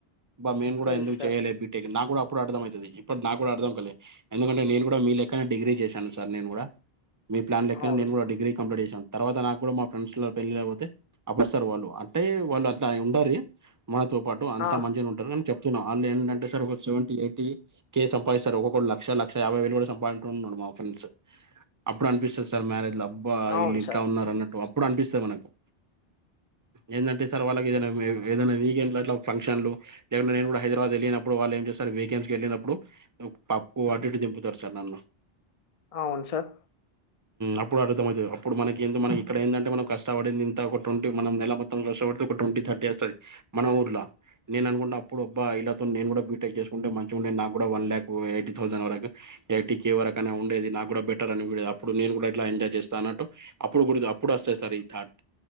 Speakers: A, on the right (about 25°); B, on the left (about 40°).
A: అబ్బా మేము కూడా
B: తెలుసు
A: ఎందుకు
B: సార్
A: చేయలేదు నా కూడా అప్పుడు అర్థమవుతది. ఇప్పుడు నాకు కూడా అర్థం కాలే ఎందుకంటే నేను కూడా మీ లే కానే డిగ్రీ చేశాను. సార్ నేను కూడా మీ ప్లాన్ లెక్క
B: అవును
A: నేను
B: సార్
A: కూడా డిగ్రీ కంప్లీట్ చేసాం తర్వాత నాకు కూడా మా ఫ్రెండ్స్ లో పెళ్ళి లేకపోతే అప్పుడుస్తారు వాళ్ళు అంటే వాళ్ళు అట్లా ఉండ మనతో పాటు అంతా
B: ఆ
A: మంచిగానే ఉంటారు. చెప్తున్నాం. వాళ్ళు ఏంటంటే సార్ ఒక సెవెంటీ ఎయిటీ కే సంపాదిస్తారు. ఒక్కొకడు లక్ష, లక్ష యాబైవేలు కూడా సంపాించ ఉన్నాడు. మా ఫ్రెండ్స్ అప్పుడు అనిపిస్తుంది సార్ మ్యారేజ్ లో అబ్బా
B: అవును
A: ఇల్ ఇట్ల
B: సార్
A: ఉన్నారు. అన్నట్టు ఇప్పుడు అనిపిస్తుాంది మనకు ఏంటంటే సార్ వాళ్ళకి ఏదైనా ఏదైనా వీకండ్లు అట్లా ఫంక్షన్లు లే నేను కూడా హైదబాద్ వెళ్ళినప్పు వాళ్ళు ఏం చేస్త వీకెండ్స్ కి వెళ్ళినప్పుడు నువ్వు పప్పు అటుటు దింపుతారు. సార్ నన్ను
B: అవును సార్
A: అప్పుడు అర్థమవుతుంది. అప్పుడు మనకి ఇక్కడ ఏంది ఏంటే మనం కష్టపడింది ఇంత ఒక ట్వంటీ మనం నెల మొత్తం కష్టపడుత ట్వంటీ థర్టీ వస్తుంది. మన ఊర్లో నేను అనుకుంటా ఇప్పుడు ఆబ్బా ఇళ్లతో నేను కూడా బీటెక్ చేసుకుంటే మంచిగా ఉండే నాకు కూడా వన్ ల్యాక్ ఎయిటీ థౌజండ్ వరకు ఎయి వరకైనా ఉండేది. నాకు కూడా బెటర్ అనిేది అప్పుడు నేను కూడా ఎలా ఎజాయ్ చేస్తా అనాట్టు అప్పుడు గురూతు అప్పుడు వస్తాయి సార్ ఈ థాట్